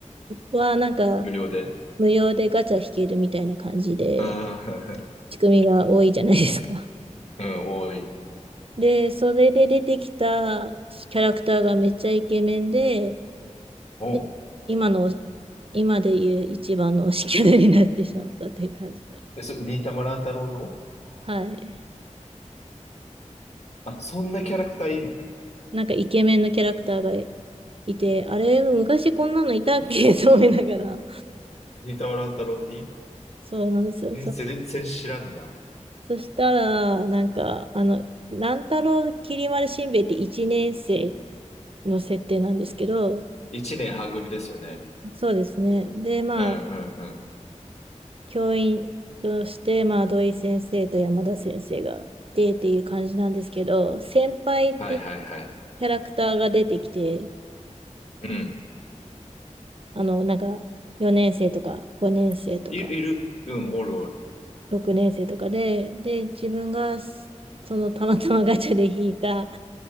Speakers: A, on the right; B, on the left.
A: はなんか
B: 無料で
A: 無料でガチャ引けるみたいな感じで
B: うん、<laughs>
A: 仕組みが多いじゃないですか。
B: うん多い。
A: で、それで出てきたキャラクターがめっちゃイケメンで、
B: おう。
A: で、今の、今でいう一番の推しキャラになってしまったっていう感じで。
B: え、そ、忍たま乱太郎の
A: はい。
B: あ、そんなキャラクターいんの
A: なんかイケメンのキャラクターがいて、あれ、昔こんなのいたっけと思いながら。
B: 忍たま乱太郎に
A: そうなんですよ。
B: え、
A: そ、
B: 全然知らんな。
A: そしたら、なんか、あの、乱太郎きり丸しんべヱって1年生の設定なんですけど、
B: 一年は組ですよね。
A: そうですね。で、まあ、
B: うんうん
A: 教員として、まあ、土井先生と山田先生が出てっていう感じなんですけど、先輩って
B: はいはいはい。
A: キャラクターが出てきて、
B: うん。
A: あの、なんか、4年生とか5年生とか
B: い、いる。うん、おるおる。
A: 6年生とかで、で、自分がそのたまたまガチャで引いた